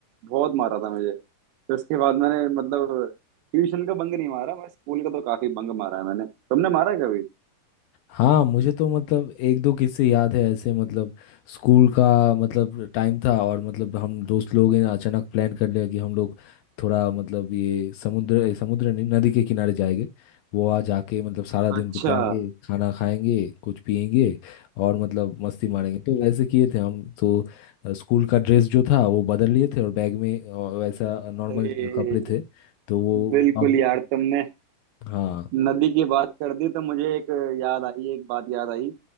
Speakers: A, on the right; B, on the left.
A: बहुत मारा था मुझे फिर उसके बाद मैंने मतलब ट्यूशन का बंक नहीं मारा मैं स्कूल का तो काफी बंक मारा है मैंने तुमने मारा है कभी
B: हाँ मुझे तो मतलब एक दो किस्से याद है ऐसे मतलब स्कूल का मतलब टाइम था और मतलब हम दोस्त लोग हैं अचानक प्लान कर लिया कि हम लोग थोड़ा मतलब ये समुद्र ए, समुद्र नहीं नदी के किनारे जाएंगे वहाँ जाके मतलब सारा दिन
A: अच्छा
B: बिताएंगे खाना खाएंगे कुछ पिएंगे और मतलब मस्ती मारेंगे तो वैसे किए थे हम तो अ, स्कूल का ड्रेस जो था वो बदल लिए थे और बैग में अ, वैसा नॉर्मल
A: अरे
B: कपड़े थे तो वो
A: बिल्कुल
B: अब
A: यार तुमने
B: हाँ
A: नदी की बात कर दी तो मुझे एक याद आई एक बात याद आई